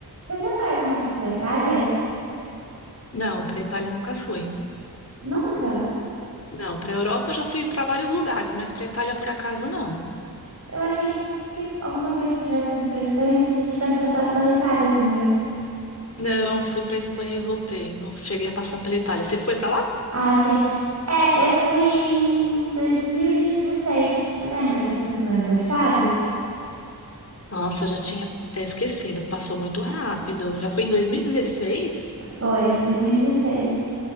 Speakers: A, on the right; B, on the left.
A: Você já foi alguma vez pra Itália?
B: Não, para Itália nunca fui.
A: Nunca?
B: Não, para Europa eu já fui para vários lugares, mas para Itália por acaso não.
A: Eu achei que alguma vez você tivesse ido pra Espanha, você já tivesse passado pela Itália também.
B: Não, fui para Espanha e voltei. Não cheguei a passar pela Itália. Você foi para lá?
A: Ah, ok. É, eu fui em 2016. Você lembra que eu fui pro meu aniversário?
B: Nossa, já tinha até esquecido. Passou muito rápido. Já foi em 2016?
A: Foi, em 2016.